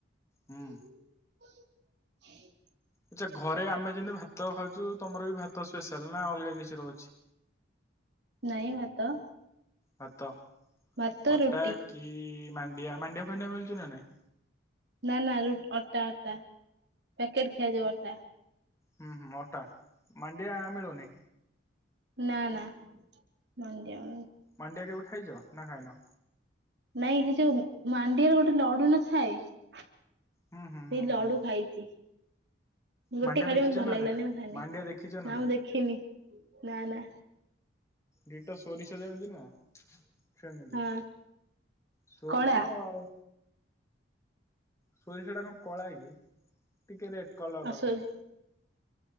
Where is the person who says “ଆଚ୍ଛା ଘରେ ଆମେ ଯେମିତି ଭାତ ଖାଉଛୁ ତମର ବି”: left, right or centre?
Left